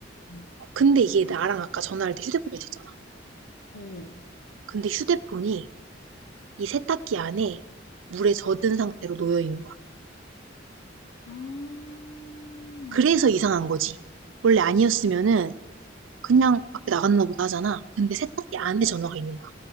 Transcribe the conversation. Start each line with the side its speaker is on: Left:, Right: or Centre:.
Left: 어,
Right: 근데 이게 나랑 아까 전화할 때 휴대폰이 있었잖아.
Left: 어.
Right: 근데 휴대폰이 이 세탁기 안에 물에 젖은 상태로 놓여 있는 거야.
Left: 아,
Right: 그래서 이상한 거지. 원래 아니었으면은 그냥 밖에 나갔나 보다 하잖아. 근데 세탁기 안에 전화가 있는 거야.